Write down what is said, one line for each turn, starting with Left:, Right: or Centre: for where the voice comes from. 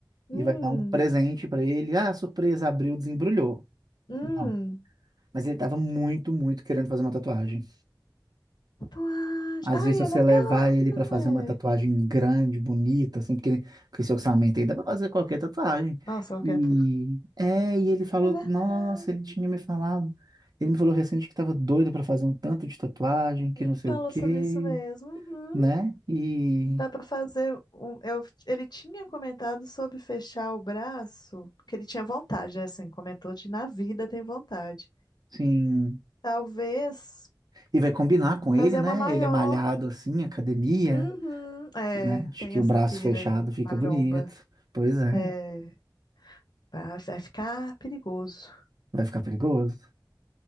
Left: Hum,
Right: e vai dar um presente pra ele. Ah, surpresa, abriu, desembrulhou.
Left: hum.
Right: Não. Mas ele tava muito, muito querendo fazer uma tatuagem.
Left: Tatuagem.
Right: Às
Left: Ai,
Right: vezes, você
Left: é legal,
Right: levar ele para
Left: né?
Right: fazer uma tatuagem grande, bonita, assim, porque com esse orçamento aí dá para fazer qualquer tatuagem.
Left: Nossa, eu
Right: E
Left: quero.
Right: é, e ele falou,
Left: É verdade.
Right: nossa, ele tinha me falado. Ele me falou recente que estava doido para fazer um tanto de tatuagem, que
Left: Ele
Right: não sei
Left: falou
Right: o quê,
Left: sobre isso mesmo. Uhum.
Right: né? E
Left: Dá pra fazer um. Eu, ele tinha comentado sobre fechar o braço, porque ele tinha vontade, né? Assim, comentou de na vida tem vontade.
Right: sim,
Left: Talvez
Right: e vai combinar com ele,
Left: fazer
Right: né?
Left: uma maior.
Right: Ele é malhado assim, academia,
Left: Uhum, é,
Right: né? Acho
Left: tem
Right: que
Left: essa
Right: o braço
Left: pira
Right: fechado
Left: aí,
Right: fica
Left: maromba.
Right: bonito. Pois é,
Left: É, vai, vai ficar perigoso.
Right: vai ficar perigoso.